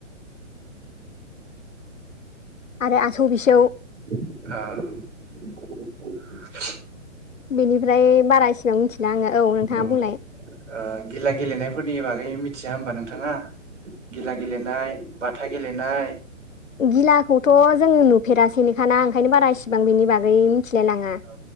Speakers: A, on the left; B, on the right.
A: आरो आसौ बिसौ
B: औ
A: बेनिफ्राय बारा एसेबां मिथिला आङो औ नोंथाङा
B: अ ओ
A: बुंलाय
B: गिला गेलेनायफोरनि बागै मिथिया होमबा नोंथाङा गिला गेलेनाय बाथा गेलेनाय
A: गिलाखौथ' जोङो नुफेरासैनिखाना ओंखायनो बारा इसिबां बेनि बागै। मिथिलाय लाङा
B: औ